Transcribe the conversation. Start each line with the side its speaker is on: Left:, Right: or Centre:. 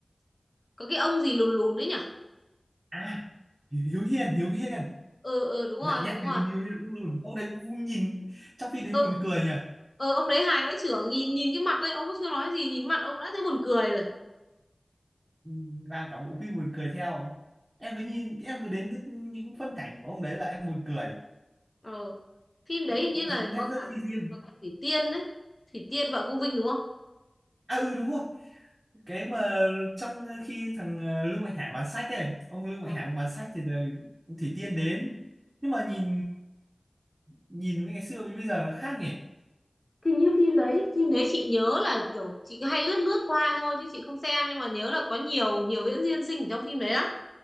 Left: có cái ông gì lùn lùn đấy nhỉ?
Right: à Hiếu Hiền Hiếu Hiền
Left: Ờ ờ đúng rồi,
Right: lại nhắc
Left: đúng
Right: đến
Left: rồi.
Right: ông Hiếu Hiền cũng luôn, ông đấy cũng nhìn trong phim
Left: Ờ
Right: đấy buồn cười nhỉ
Left: ờ ông đấy hài vãi chưởng, nhìn nhìn cái mặt đấy ông cũng chưa nói gì, nhìn mặt ông đã thấy buồn cười rồi.
Right: Ừ, làm cả bộ phim buồn cười theo em cứ nhìn em cứ đến cái, những phân cảnh của ông đấy là em buồn cười
Left: Ờ. Phim đấy hình
Right: ông
Left: như là
Right: diễn nét
Left: có cả
Right: rất chi riêng
Left: có cả Thủy Tiên đấy. Thủy Tiên vợ Công Vinh đúng không?
Right: à ừ đúng rồi cái mà trong khi thằng ờ, Lương Mạnh Hải bán sách ấy ông Lương Mạnh
Left: Ờ.
Right: Hải ông bán sách thì là ông Thủy Tiên đến nhưng mà nhìn nhìn với ngày xưa với bây giờ nó khác nhỉ
Left: thì như phim đấy phim đấy chị nhớ là kiểu chị cứ hay lướt lướt qua thôi chứ chị không xem nhưng mà nhớ là có nhiều nhiều diễn viên xinh ở trong phim đấy lắm